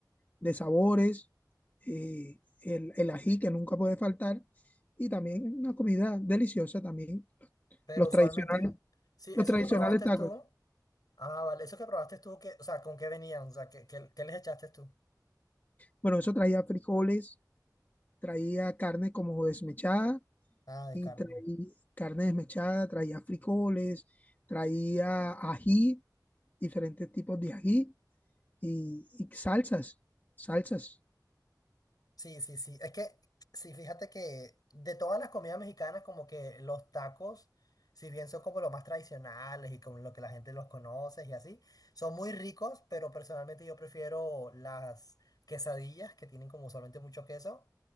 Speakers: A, on the left; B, on the left.
A: de sabores, eh, el, el ají que nunca puede faltar, y también una comida deliciosa también,
B: Pero
A: los
B: usualmente,
A: tradicionales,
B: sí,
A: los
B: eso
A: tradicionales
B: que probaste
A: tacos.
B: tú, ah, vale, eso que probaste tú, que, o sea, ¿con qué venían? O sea, ¿qué, qué, qué les echaste tú?
A: Bueno, eso traía frijoles, traía carne como desmechada
B: Ah, de
A: y
B: carne.
A: traía carne desmechada, traía frijoles, traía ají, diferentes tipos de ají y, y salsas, salsas,
B: Sí, sí, sí. Es que, sí, fíjate que de todas las comidas mexicanas, como que los tacos, si bien son como los más tradicionales y como lo que la gente los conoce y así, son muy ricos, pero personalmente yo prefiero las quesadillas que tienen como usualmente mucho queso.